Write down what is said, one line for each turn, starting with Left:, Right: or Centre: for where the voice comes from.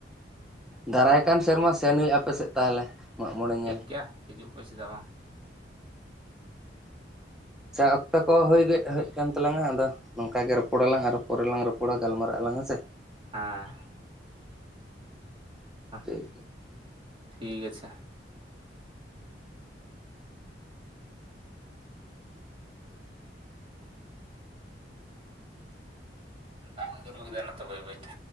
Centre: ᱫᱟᱨᱟᱭ ᱠᱟᱱ ᱥᱮᱨᱢᱟ ᱥᱮᱱ ᱦᱩᱭᱩᱜᱼᱟ, ᱟᱯᱮ ᱥᱮᱜ ᱛᱟᱦᱚᱞᱮ᱾ ᱢᱟᱜ ᱢᱚᱬᱮ ᱧᱮᱞ
Right: ᱴᱷᱤᱠ ᱜᱮᱭᱟ ᱦᱤᱡᱩᱜ ᱯᱮ ᱪᱮᱫᱟᱜ ᱵᱟᱝ?
Centre: ᱟᱪᱪᱷᱟ ᱚᱠᱛᱚ ᱠᱚ ᱦᱩᱭ ᱜᱮᱫ ᱦᱩᱭᱩᱜ ᱟᱠᱟᱱ ᱛᱟᱞᱟᱝᱟ ᱟᱫᱚ, ᱱᱚᱝᱠᱟ ᱜᱮ ᱨᱚᱯᱚᱲᱟᱞᱟᱝ ᱟᱨ ᱯᱚᱨᱮ ᱞᱟᱝ ᱨᱚᱯᱚᱲᱟ ᱜᱟᱞᱢᱟᱨᱟᱜᱼᱟᱞᱟᱝ ᱦᱮ ᱥᱮ?
Right: ᱦᱟᱸ᱾ ᱦᱮ
Centre: ᱴᱷᱤᱠ
Right: ᱴᱷᱤᱠ ᱟᱪᱷᱮ᱾ ᱫᱟᱜ ᱧᱩᱨᱩᱭ ᱫᱟᱜ ᱱᱚᱛᱮ ᱵᱟᱹᱭ ᱵᱟ. ᱭ ᱛᱮ᱾